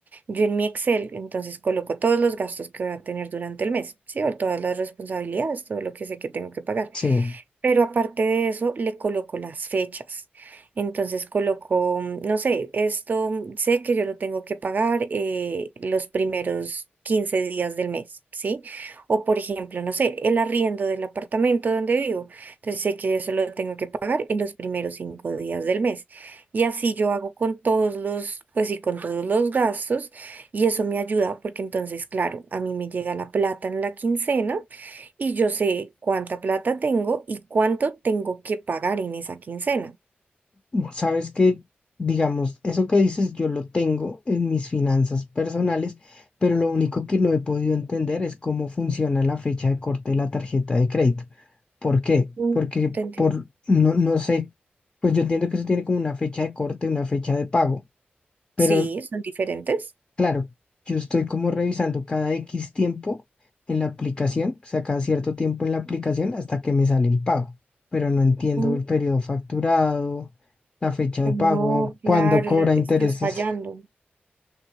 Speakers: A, on the right; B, on the left.
A: yo en mi Excel, entonces coloco todos los gastos que voy a tener durante el mes, sí, o todas las responsabilidades, todo lo que sé que tengo que pagar.
B: Sí,
A: Pero aparte de eso, le coloco las fechas. Entonces coloco, mm, no sé, esto mm, sé que yo lo tengo que pagar eh, los primeros 15 días del mes, ¿sí? O por ejemplo, no sé, el arriendo del apartamento donde vivo. Entonces sé que eso lo tengo que pagar en los primeros cinco días del mes. Y así yo hago con todos los, pues sí, con todos los gastos. Y eso me ayuda porque entonces, claro, a mí me llega la plata en la quincena y yo sé cuánta plata tengo y cuánto tengo que pagar en esa quincena.
B: sabes que, digamos, eso que dices yo lo tengo en mis finanzas personales, pero lo único que no he podido entender es cómo funciona la fecha de corte de la tarjeta de crédito. ¿Por qué?
A: Mm,
B: Porque
A: Te entiendo.
B: por, no, no sé, pues yo entiendo que eso tiene como una fecha de corte, una fecha de pago. Pero
A: Sí, son diferentes.
B: Claro, yo estoy como revisando cada X tiempo en la aplicación, o sea, cada cierto tiempo en la aplicación hasta que me sale el pago, pero no entiendo
A: Mm,
B: el periodo facturado, la fecha de
A: No,
B: pago,
A: claro,
B: cuándo cobra
A: la-
B: intereses,
A: estás fallando.